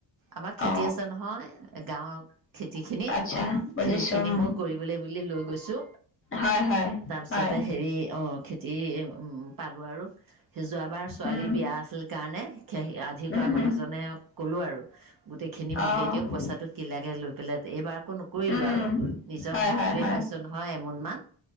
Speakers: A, on the right (about 50°); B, on the left (about 30°).
A: আমাৰ খেতি
B: অ
A: আছে নহয় গাঁৱৰ খেতিখিনি।
B: আচ্ছা বুজিছো
A: খেিনি খিনি
B: উম
A: মই কৰিবলৈ বুলি লৈ গৈছো
B: হয় হয়
A: তাৰপিছতে
B: হয়
A: হেৰি অ খেতি উ পালো আৰু সেই যোৱাবাৰ ছোৱালীৰ
B: উম
A: বিয়া আছিল। কাৰণে আধি
B: উম
A: কৰা মানুহজনে
B: হম
A: কলো আৰু গোটেইখিনি মোকে
B: অ
A: দিয়ক পইচাটো ক লাগে লৈ এইবাৰোন। কৰিলো
B: উম,
A: আৰু নিজৰ
B: হয়
A: ভাগটয়ে
B: হয় হয়।
A: পাইছো নহয়। এমোন মান